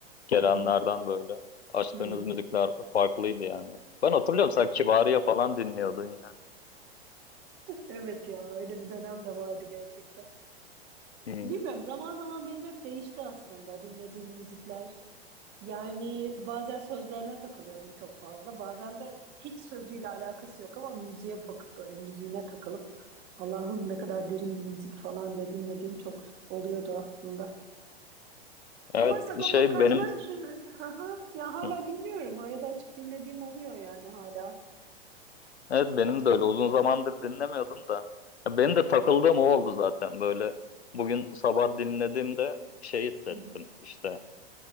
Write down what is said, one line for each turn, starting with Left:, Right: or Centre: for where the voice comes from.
Left: Gelenlerden
Right: Hı hı.
Left: böyle açtığınız
Right: Hı.
Left: müzikler farklıydı yani. Ben hatırlıyorum sen Kibariye falan dinliyordun yani.
Right: Evet ya öyle bir dönem de vardı gerçekten.
Left: Hı.
Right: Bilmiyorum zaman zaman benim hep değişti aslında dinlediğim müzikler. Yani bazen sözlerine takılıyordum çok fazla. Bazen de hiç sözüyle alakası yok ama müziğe bakıp böyle müziğine takılıp Allah'ım ne kadar derin bir müzik falan diye dinlediğim çok oluyordu aslında.
Left: Evet
Right: Ama Sagopa
Left: şey
Right: Kajmer
Left: benim
Right: <laughs> haha, ya hala
Left: hı.
Right: dinliyorum. Arada açıp dinlediğim oluyor yani hala.
Left: evet benim de öyle uzun zamandır dinlemiyordum da. Ya benim de takıldığım o oldu zaten böyle. Bugün sabah dinlediğimde şey hissettim
Right: Hı hı.
Left: işte.